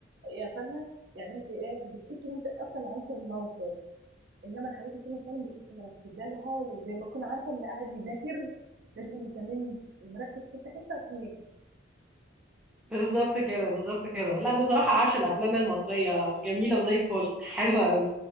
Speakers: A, on the right; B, in the centre.
A: يا فاهمه يعني انت ايه بتحسي ان انت اصلا عايشه الموقف انما الحاجات اللي فعلا بتبقي مركزه لها وزي ما تكون عارفه اللي قاعد يذاكر لازم يكون مركز في حته عشان يفهم.
B: بالظبط كده بالظبط كده لا بصراحة عاش الأفلام المصرية جميلة وزي الفل حلوة أوي